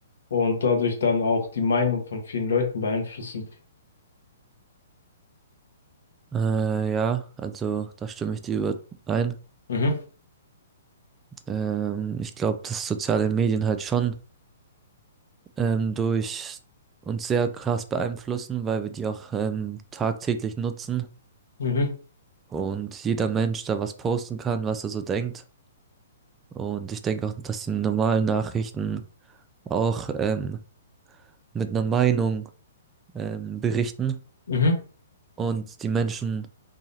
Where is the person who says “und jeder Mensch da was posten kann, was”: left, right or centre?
Right